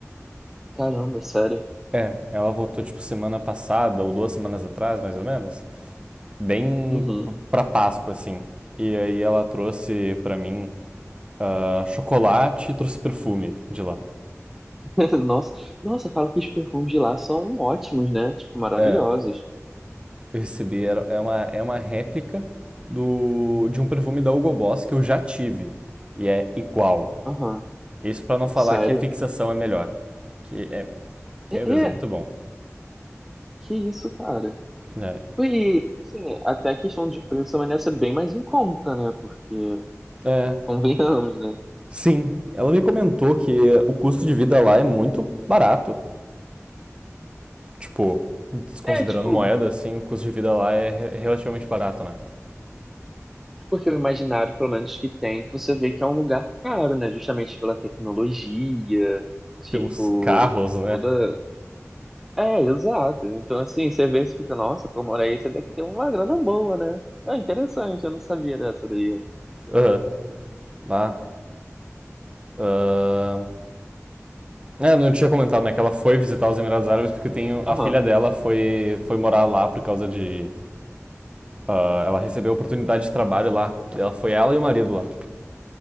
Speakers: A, in the centre; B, on the right (about 20°).
A: Caramba, sério.
B: É, ela voltou tipo semana passada ou duas semanas atrás, mais ou menos, bem
A: Uhum.
B: pra Páscoa assim. E aí ela trouxe pra mim ah, chocolate e trouxe perfume de lá.
A: <laughs> Nossa, nossa, falam que os perfumes de lá são ótimos, né? Tipo, maravilhosos.
B: É, eu recebi era, é uma é uma réplica do de um perfume da Hugo Boss que eu já tive e é igual.
A: Aham,
B: Isso pra não falar
A: sério.
B: que a fixação é melhor, que é,
A: É,
B: meu Deus,
A: é,
B: é muito bom.
A: Que isso, cara.
B: É.
A: E, assim, até a questão de preço também deve ser bem mais em conta, né? Porque,
B: É,
A: convenhamos, né?
B: Sim, ela me comentou que o custo de vida lá é muito barato. Tipo, desconsiderando
A: É. É, tipo,
B: moeda, assim, o custo de vida lá é re- relativamente barato, né?
A: porque o imaginário, pelo menos que tem, que você vê que é um lugar caro, né? Justamente pela tecnologia, tipo,
B: Pelos carros, né?
A: toda. É, exato. Então, assim, você vê e fica, nossa, pra morar aí, você tem que ter uma grana boa, né? É interessante, eu não sabia dessa daí.
B: Aham, lá. ahn. É, não tinha comentado, né? Que ela foi visitar os Emirados Árabes porque tem a
A: Aham.
B: filha dela foi, foi morar lá por causa de. ah, ela recebeu oportunidade de trabalho lá. E Ela foi ela e o marido lá.